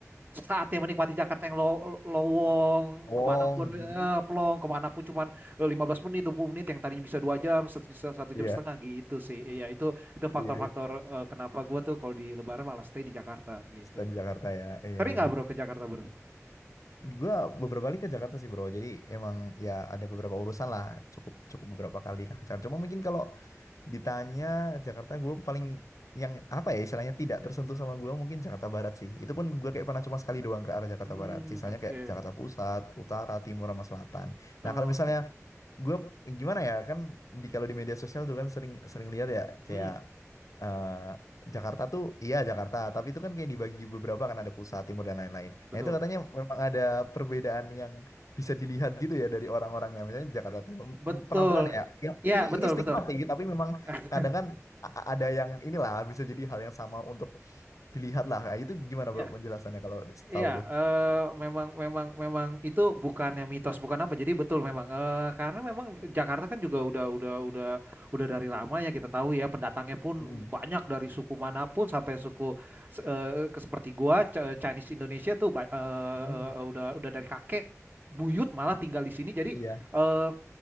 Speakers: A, on the right; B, on the left.
A: saatnya menikmati Jakarta yang lo- lowong
B: Wong,
A: kemanapun eh,
B: hmm,
A: plong kemanapun cuman eh, 15 menit 20 menit yang tadinya bisa dua jam se- se- satu
B: iya
A: jam setengah gitu sih. Iya itu itu faktor-faktor
B: iya. iya.
A: eh, kenapa gue tuh kalau di Lebaran malah stay di Jakarta gitu.
B: Kita di Jakarta ya, iya
A: Sering
B: iya.
A: nggak bro ke Jakarta bro?
B: Gua beberapa kali ke Jakarta sih bro, jadi emang ya ada beberapa urusan lah, cukup cukup beberapa kali lah ke Jakarta. Cuma mungkin kalau ditanya Jakarta, gue paling yang apa ya istilahnya tidak tersentuh sama gue mungkin Jakarta Barat sih. Itu pun gue kayak pernah cuma sekali doang ke arah Jakarta
A: Hmm,
B: Barat. Sisanya
A: oke.
B: kayak Jakarta Pusat, Utara, Timur, sama Selatan.
A: Oh,
B: Nah kalau
A: oke.
B: misalnya gue gimana ya kan di kalau di media sosial tuh kan sering sering lihat ya kayak
A: hmm
B: eh, Jakarta tuh iya Jakarta tapi itu kan kayak dibagi beberapa kan ada pusat timur dan lain-lain
A: betul.
B: nah itu katanya memang ada perbedaan yang bisa dilihat gitu ya dari orang-orangnya misalnya Jakarta Timur m-
A: Betul.
B: penampilannya ya yang-
A: ya
B: ini
A: betul,
B: ini stigma
A: betul.
B: sih tapi memang
A: <laughs>
B: kadang kan a- ada yang inilah bisa jadi hal yang sama untuk dilihat lah Nah, itu gimana
A: ya
B: bro penjelasannya kalau
A: iya,
B: tahu lo
A: eh, memang, memang, memang itu bukannya mitos, bukan apa. Jadi betul memang, eh, karena memang Jakarta kan juga udah, udah, udah, udah dari lama ya kita tahu ya pendatangnya pun
B: Hmm.
A: banyak dari suku manapun sampai suku se- eh, ke- seperti gua C- eh, Chinese Indonesia tuh ba- eh,
B: Hmm.
A: eh, udah, udah dari kakek buyut malah tinggal di sini. Jadi
B: Iya,
A: eh,